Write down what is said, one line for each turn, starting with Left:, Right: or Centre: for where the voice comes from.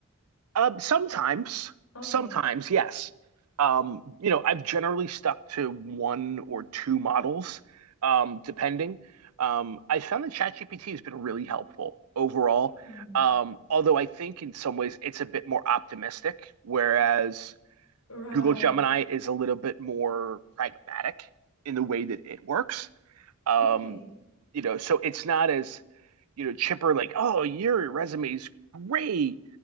Right: Um, sometimes,
Left: Okay.
Right: sometimes, yes. Um, you know, I've generally stuck to one or two models, um, depending. Um, I found that ChatGPT has been really helpful overall.
Left: hmm
Right: Um, although I think in some ways it's a bit more optimistic, whereas
Left: Right.
Right: Google Gemini is a little bit more pragmatic in the way that it works. Um,
Left: Okay.
Right: you know, so it's not as, you know, chipper like, oh, your resume is great.